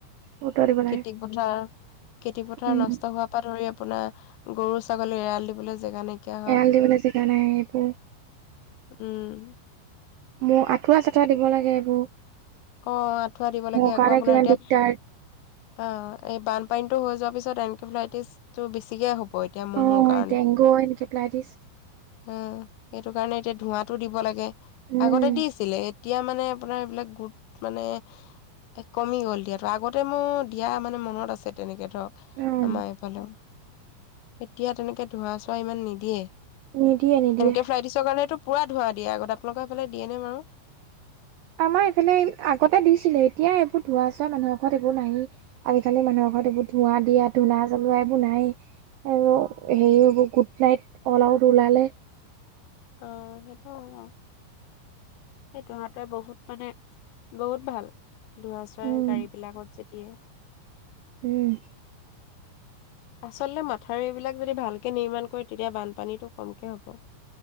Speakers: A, on the right (about 85°); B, on the left (about 80°).
A: গুৰুত্ব দিব লাগে,
B: খেতি পথাৰ, খেতি পথাৰ
A: উম,
B: নষ্ট হোৱাৰ পৰা ধৰি আপোনাৰ গৰু-ছাগলী এৰাল দিবলৈ জেগা নাইকিয়া হয়
A: এৰাল দিবলে জেগা নাই এইবোৰ
B: উম
A: মোৰ ঠুৱা-চঠুৱা দিব লাগে এইবোৰ
B: অ' আঁঠুৱা দিব লাগে
A: মোৰ
B: আকৌ
A: কাৰণে
B: আপোনাৰ
A: কিমান
B: এতিয়া,
A: দিগদাৰ।
B: অ' এই বানপানীতো হৈ যোৱাৰ পিছত <unintelligible> বেছিকে হ'ব এতিয়া
A: অ,
B: <unintelligible> কাৰণে
A: ডেংগু, এনকেফেলাইটিছ,
B: অ সেইটো কাৰণ এতিয়া ধোঁৱাটো দিব লাগে।
A: উম,
B: আগতে দিছিলে এতিয়া মানে আপোনাৰ এইবিলাক গোট মানে, এ কমি গ'ল দিয়াতো, আগতে মোৰ দিয়া মানে মনত আছে তেনেকে ধক
A: উম,
B: আমাৰ এইফালেও এতিয়া তেনেকে ধোঁৱা-চোৱা ইমান নিদিয়ে।
A: নিদিয়ে নিদিয়ে।
B: এনেকে ফ্লাইটিচৰ কাৰণেটো পুৰা ধোৱা দিয়ে আগত আপোনালোকৰ সেইফালে দিয়ে নে বাৰু?
A: আমাৰ এইফালে আগতে দিছিলে এতিয়া এইবোৰ ধোৱা-চোৱা মানুহৰ ঘৰত এইবোৰ নায়েই, আজিকালি মানুহৰ ঘৰত এইবোৰ ধোঁৱা দিয়া, ধোঁৱা জ্বলোৱা এইবোৰ নাই, এইবোৰ হেৰি এইবোৰ গুড নাইট, অল আউত ওলালে
B: আহ সেইটো আৰু, সেইটো <unintelligible> বহুত মানে বহুত ভাল ধোঁৱা-চোৱা
A: উম
B: গাড়ী বিলাকত যে দিয়ে
A: উম
B: আচলতে মাথাৰি এইবিলাক যদি ভালকে নিৰ্মাণ কৰে তেতিয়া বানপানীটো কমকে হ'ব।